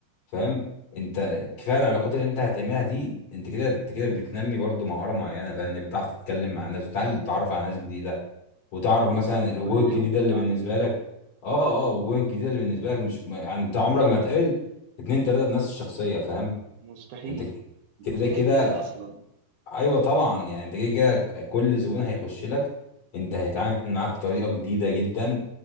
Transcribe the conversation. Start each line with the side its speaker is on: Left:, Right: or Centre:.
Left: فاهم انت كفايه العلاقات اللي انت هتعملها دي انت كده انت كده بتنمي برضو مهاره معينه فاهم انك بتعرف تتكلم مع الناس وتتعلم تتعرف على ناس جديده وتعرف
Right: ايوه
Left: مثلا الوجوه
Right: كل
Left: الجديده
Right: يوم بتتعلم
Left: اللي بالنسبه لك اه اه الوجوه الجديده اللي بالنسبه لك مش ما- يعني انت عمرك ما هتقابل اتنين تلاته بنفس الشخصيه فاهم
Right: مستحيل
Left: انت
Right: مستحيل
Left: كده كده
Right: اتنين اصلا
Left: ايوه طبعا يعني انت كده كده كل زبون هيخش لك انت هتتعامل معاه بطريقه جديده جدا